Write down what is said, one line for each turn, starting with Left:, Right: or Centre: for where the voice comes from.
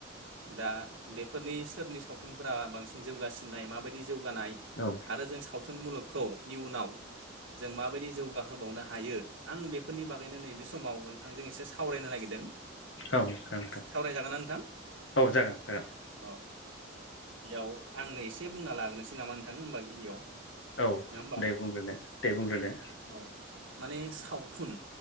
Right: दा बेफोरनि सोरनि सावथुनफोरा बांसिन जौगासिननाय माबायदि जौगानाय
Left: औ।
Right: आरो जों सावथुन मुलुगखौ इयुनाव जों माबायदि जौगाहोबावनो हायो आं बेफोरनि बागैनो नैबे समाव नोंथांजों एसे सावरायनो नागिरदों।
Left: औ जागोन नोंथां
Right: सावरायजागोनना नोंथां
Left: औ जागोन जागोन
Right: अ गिबियाव आंनो एसे बुंना लाग्रोनोसै नामा? नों होनोमा गिबियाव
Left: औ
Right: नङा होमबा
Left: दे बुंग्रो दे दे बुंग्रो दो
Right: औ माने सावथुन